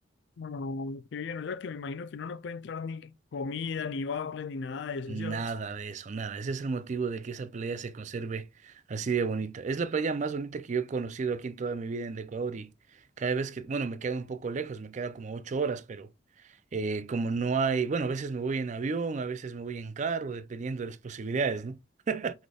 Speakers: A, on the left (about 60°); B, on the right (about 40°).
A: No, qué bien. O sea, que me imagino que uno no puede entrar ni comida, ni waffles, ni nada de eso,
B: Nada
A: ¿cierto?
B: de eso, nada. Ese es el motivo de que esa playa se conserve así de bonita. Es la playa más bonita que yo he conocido aquí en toda mi vida en Ecuador y cada vez que, bueno, me queda un poco lejos, me queda como ocho horas, pero eh, como no hay, bueno, a veces me voy en avión, a veces me voy en carro, dependiendo de las posibilidades, ¿no? <laughs>